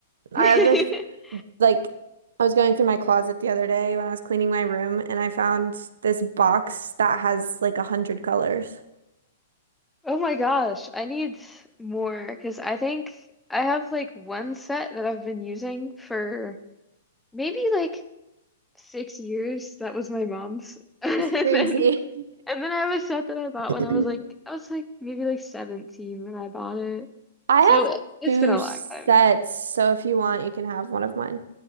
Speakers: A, on the right; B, in the centre.
A: I
B: <laughs>
A: have this. like I was going through my closet the other day when I was cleaning my room and I found this box that has like a hundred colors.
B: Oh my gosh, I need more because I think I have like one set that I've been using for maybe like six years. That was my mom's. <laughs> And
A: That's crazy.
B: then and then I have a set that I bought
A: <clears throat>
B: when I was like I was like maybe like 17 when I bought it.
A: I
B: So
A: have
B: it's
A: two
B: been a
A: sets,
B: long time.
A: so if you want, you can have one of mine.